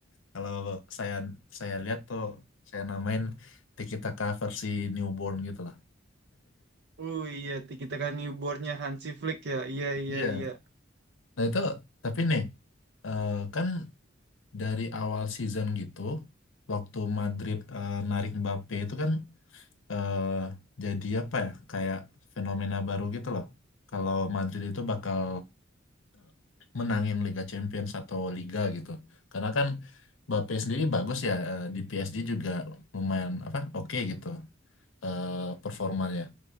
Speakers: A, on the left; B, on the right.
A: kalau saya saya lihat tuh saya namain tiki taka versi newborn gitu lah.
B: oh iya ti- kita kan newbornnya Hansi Flick ya iya iya
A: Iya.
B: iya
A: Nah itu tapi nih eh, kan dari awal season gitu waktu Madrid eh, narik Mbappe itu kan eh, jadi apa ya kayak fenomena baru gitu loh kalau Madrid itu bakal menangin Liga Champions atau Liga gitu karena kan Mbappe sendiri bagus ya eh, di PSG juga lumayan apa oke gitu eh, performanya